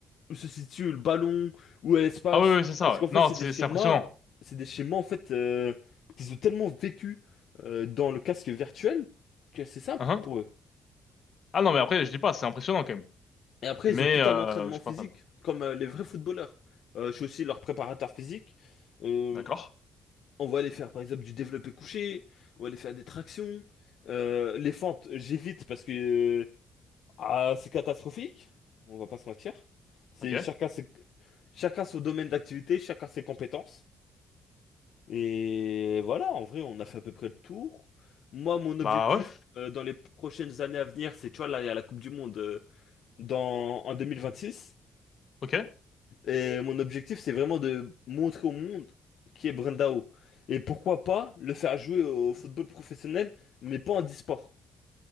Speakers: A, on the left; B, on the left.
A: où se situe le ballon, où est l'espace.
B: Ah oui, oui, c'est ça.
A: Parce
B: Ouais.
A: qu'en fait
B: Non,
A: c'est
B: c'est
A: des schémas,
B: c'est impressionnant.
A: c'est des schémas en fait euh, qu'ils ont tellement vécu euh, dans le casque virtuel que c'est simple
B: Uh-huh.
A: pour eux.
B: Ah non, mais après, je dis pas, c'est impressionnant quand même.
A: Et après,
B: Mais
A: ils ont tout
B: euh,
A: un entraînement
B: je suis
A: physique,
B: pas fan.
A: comme euh, les vrais footballeurs. Euh, je suis aussi leur préparateur physique. Euh,
B: D'accord.
A: on va aller faire, par exemple, du développé couché, on va aller faire des tractions. Euh, les fentes, j'évite parce que euh, ah, c'est catastrophique, on va pas se mentir. C'est
B: Ok.
A: chacun ses, chacun son domaine d'activité, chacun ses compétences. Et voilà, en vrai, on a fait à peu près le tour. Moi, mon objectif
B: Bah ouais.
A: euh, dans les prochaines années à venir, c'est, tu vois, là, il y a la Coupe du Monde euh, dans, en 2026.
B: Ok.
A: Et mon objectif, c'est vraiment de montrer au monde qui est Brandao. Et pourquoi pas le faire jouer au football professionnel, mais pas en e-sport.